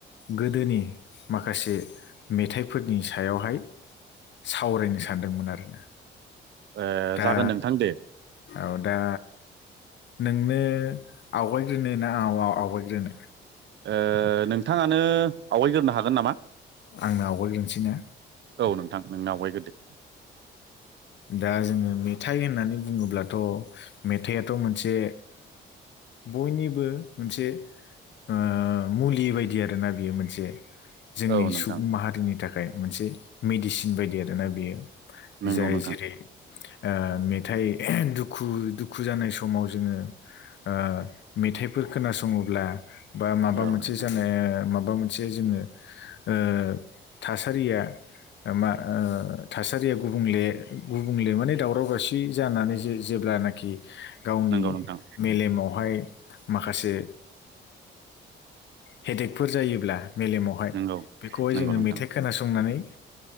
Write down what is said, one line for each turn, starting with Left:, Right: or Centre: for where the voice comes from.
Left: गोदोनि माखासे मेथाइफोरनि सायावहाय सावरायनो सानदोंमोन आरोना।
Right: ओ
Left: दा
Right: जागोन नोंथां दे
Left: औ दा नोंनो आवगायग्रोनो ना आं आवगायग्रोनो?
Right: ओ नोंथाङानो आवगायग्रोनो हागोन नामा?
Left: आंनो आवगायग्रोनोसै ने।
Right: औ नोंथां नोंनो आवगायगोरदो।
Left: दा जोङो मेथाइ होननानै बुङोब्लाथ' मेथाइआथ' मोनसे बयनिबो मोनसे आं मुलि बायदि आरोना बियो मोनसे। जोंनि
Right: औ नोंथां
Left: सुबुं माहारिनि थाखाय मोनसे मेडिसिन बायदि आरोना बेयो।
Right: नंगौ
Left: जाय
Right: नोंथां
Left: जेरै आ मेथाइ दुखु - दुखु जानाय समाव जोङो आ मेथाइफोर खोनासङोब्ला बा माबा
Right: औ
Left: मोनसे
Right: नोंथां
Left: जानो मा बा मोनसे जोङो ओ थासारिया मा ओ थासारिया गुबुंले- गुबुंले माने दावराव - दावसि जानानै जे जेब्लानाखि गावनि
Right: नंगौ नोंथां
Left: मेलेमावहाय माखासे हेडेकफोर जायोब्ला मेलेमावहाय
Right: नंगौ
Left: बेखौहाय
Right: नंगौ
Left: जोङो
Right: नोंथां
Left: मेथाइ खोनासंनानै